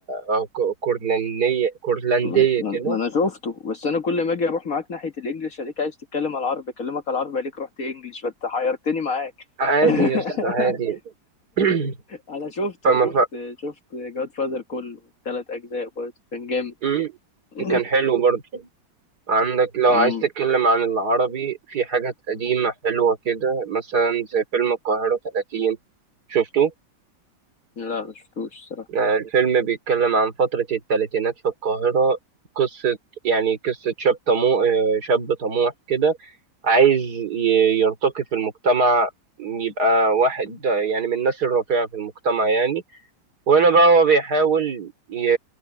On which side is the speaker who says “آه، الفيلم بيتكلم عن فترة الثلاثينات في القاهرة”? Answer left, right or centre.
Right